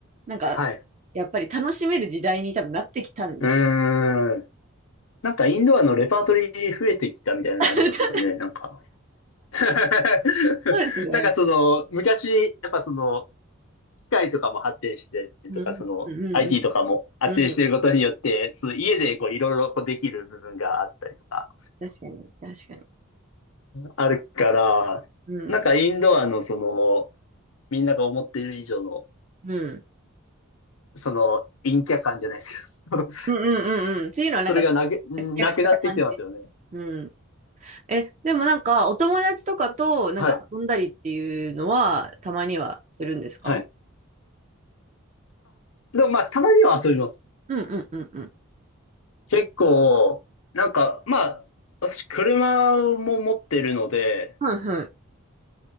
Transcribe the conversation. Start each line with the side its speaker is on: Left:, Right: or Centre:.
Right: なんか、
Left: はい。
Right: やっぱり楽しめる時代に多分なってきたんですよ。
Left: うーん。なんか、インドアのレパートリー増えてきたみたいなのありますよね、
Right: <laughs>
Left: なんか。<laughs>
Right: そうですね。
Left: なんか、その、昔、やっぱその、機械とかも発展してとか、
Right: うん、
Left: その、
Right: うん、
Left: IT
Right: うん。
Left: とかも発展していることによって、
Right: うん
Left: その家でこう、いろいろこうできる部分があったりとか。
Right: 確かに、確かに。
Left: あるから、
Right: うん。
Left: なんかインドアのその、みんなが思っている以上の、
Right: うん。
Left: その、陰キャ感じゃないですけど、
Right: うんうんうんうん。っていうのはなんか、
Left: <laughs> それがなく、
Right: 接客された感じ。
Left: なくなってきてますよね。
Right: うん。え、でもなんか、お友達とかと、なんか遊んだりっていうのは、
Left: はい。
Right: たまにはするんですか
Left: はい。でもまあ、たまには遊びます。
Right: うんうんうんうん。
Left: 結構、なんか、まあ、私、車も持ってるので、
Right: はいはい。